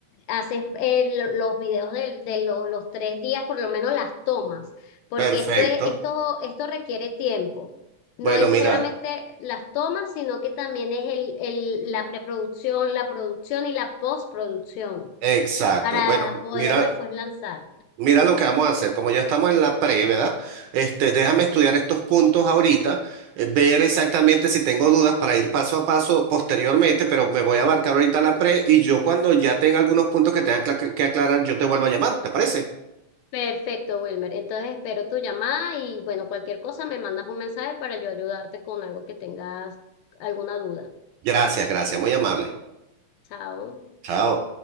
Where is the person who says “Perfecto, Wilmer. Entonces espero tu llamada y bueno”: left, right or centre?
Left